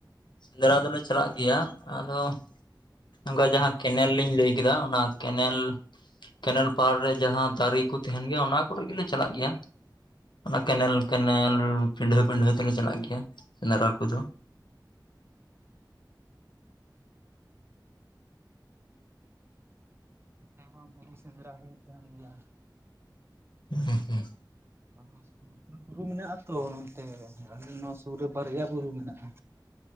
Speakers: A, on the left; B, on the right.
A: ᱥᱮᱸᱫᱽᱨᱟ ᱫᱚᱞᱮ ᱪᱟᱞᱟᱜ ᱜᱮᱭᱟ ᱟᱫᱚ ᱱᱚᱝᱠᱟ ᱡᱟᱦᱟᱸ ᱠᱮᱱᱮᱞ ᱞᱤᱧ ᱞᱟᱹᱭ ᱠᱮᱫᱟ ᱚᱱᱟ ᱠᱮᱱᱮᱞ
B: ᱦᱩᱸ
A: ᱠᱮᱱᱮᱞ ᱯᱟᱲ ᱨᱮ ᱡᱟᱦᱟᱸ ᱫᱟᱨᱮ ᱠᱚ ᱛᱟᱦᱮᱸᱱ ᱜᱮᱭᱟ ᱚᱱᱟ ᱠᱚᱨᱮᱜ ᱜᱮᱞᱮ ᱪᱟᱞᱟᱜ ᱜᱮᱭᱟ᱾ ᱚᱱᱟ ᱠᱮᱱᱮᱞ ᱠᱮᱱᱮᱞ ᱯᱤᱰᱷᱟᱹ ᱯᱤᱰᱷᱟᱹ ᱛᱮᱞᱮ ᱪᱟᱞᱟᱜ ᱜᱮᱭᱟ ᱥᱮᱸᱫᱽᱨᱟ ᱠᱚᱫᱚ᱾
B: ᱟᱭᱢᱟ ᱵᱩᱨᱩ ᱥᱮᱸᱫᱽᱨᱟ ᱦᱩᱭᱩᱜ ᱛᱟᱦᱮᱸᱱ ᱜᱮᱭᱟ᱾
A: <inaudible> ᱦᱩᱸ ᱦᱩᱸ᱾
B: <unintelligible> ᱟᱫᱚ ᱵᱩᱨᱩ ᱢᱮᱱᱟᱜᱼᱟ ᱟᱛᱚ ᱱᱚᱱᱛᱮ ᱟᱹᱞᱤᱧ ᱱᱚᱣᱟ ᱥᱩᱨ ᱨᱮ ᱵᱟᱨᱭᱟ ᱵᱩᱨᱩ ᱢᱮᱱᱟᱜᱼᱟ᱾